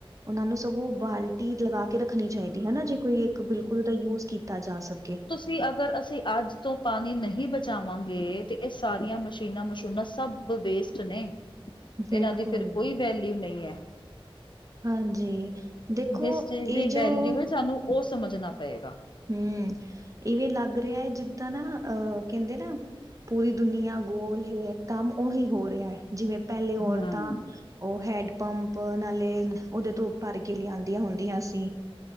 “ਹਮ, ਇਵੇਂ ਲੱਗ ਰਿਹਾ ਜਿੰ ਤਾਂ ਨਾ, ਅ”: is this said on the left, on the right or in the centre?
Right